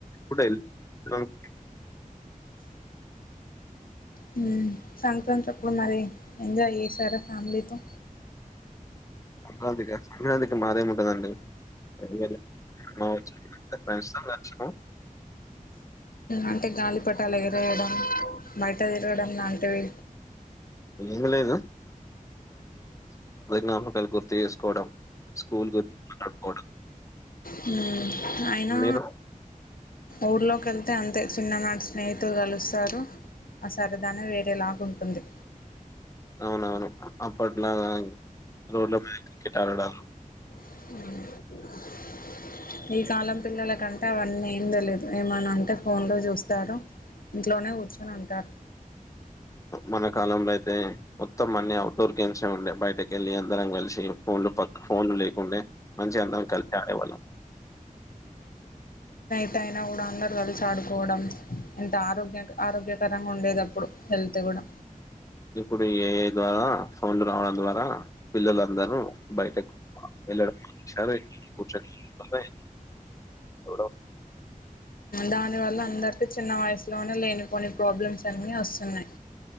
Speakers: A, on the left; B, on the left.
A: కొంచెం <inaudible> వెళను
B: హు సంక్రాంతి అప్పుడు మరి ఎంజాయ్ చేసారా ఫ్యామిలీతో
A: సంక్రాంతికి హ సంక్రాంతికి మాది ఏమి ఉంటదా అండి <inaudible> ఫ్రెండ్స్ తో కలిసినాం
B: అంటే గాలిపటాలు ఎగిరేయడం బయట తిరగడం లాంటివి
A: ఏమి లేదు. నా ఫోటోలు గుర్తు చేసుకోవడం స్కూల్ గురించి మాట్లాడుకోవడం.
B: హు అయినా
A: మీరు?
B: ఊర్లో క వెళ్తే అంతే చిన్ననాటి స్నేహితులు కలుస్తారు ఆ సరదానే వేరేలాగా ఉంటుంది
A: అవునవును అప్పట్లాగా రోడ్ల పైన క్రికెట్ ఆడడం
B: అవున ఈ కాలం పిల్లలకంటే అవన్నీ ఏం తెలియదు ఏమని అంటే ఫోన్లో చూస్తారు ఇంట్లోనే కూర్చొని ఉంటారు
A: మన కాలంలో అయితే మొత్తం అన్ని అఔట్ డోర్ గేమ్స్ ఏ ఉండేయి బయటక వెళ్ళలి అందరం కలిసి ఫోన్లు పక్క ఫోన్లు లేకుంటే మంచి అందం కలిసి ఆడేవాళ్ళం
B: ట్ అయినా కూడా అందరూ కలిసి ఆడుకోవడం ఎంత ఆరోగ్య ఆరోగ్యకరంగా ఉండేది అప్పుడు హెల్త్ కూడా
A: ఇప్పుడు ఏ ద్వా ఫోన్లు రావడం ద్వారా పిల్లలందరూ బయటకు వెళ్ళడం కూర్చొ చూ <inaudible>
B: దానివల్ల అందరికీ చిన్న వయసులోనే లేనిపోని ప్రాబ్లమ్స్ అన్నీ వస్తున్నాయి